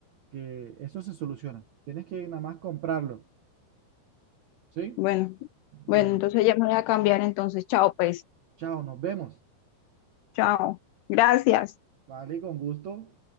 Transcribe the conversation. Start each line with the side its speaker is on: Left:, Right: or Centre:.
Right: que eso se soluciona. Tienes que nada más comprarlo, ¿sí?
Left: Bueno,
Right: Bueno,
Left: bueno, entonces ya me voy a cambiar entonces. Chao, pues.
Right: chao, nos vemos.
Left: Chao. Gracias.
Right: Vale, con gusto.